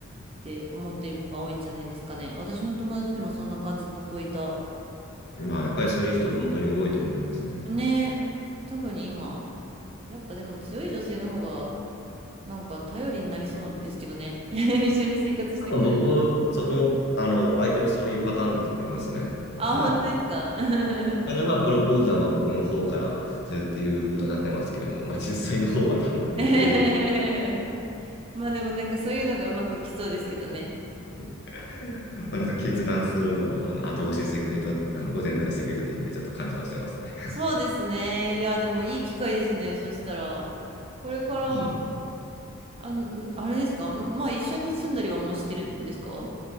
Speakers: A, on the right (about 25°); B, on the left (about 50°).
A: て思ってる子が多いんじゃないですかね。私の友達でもそんな感じの子いた。
B: まあ、やっぱりそういう人本当に多いと思いますね。
A: ねえ、特に今、やっぱでも強い女性の方がなんか頼りになりそうですけどね。<laughs> 一緒に生活していくのに。
B: 僕も、その、あの、相手もそういうパターンだと思いますね。
A: あ、
B: はい。
A: 本当ですか。<laughs>
B: で、まあ、プロポーズは、まあ、僕の方からするっていうことになってますけども、まあ、実際の方は多分もうこういう、
A: えへへへまあでもなんかそういうのがうまくいきそうですけどね。
B: <laughs> まあ、なんか決断するのを、あの、後押ししてくれた、あの、お膳立てしてくれたっていう意味でちょっと感謝をしてます。<laughs>
A: そうですね。いや、でもいい機会ですね。そしたら、これから、
B: うん
A: あの、あれですかまあ一緒に住んだりはもうしてるんですか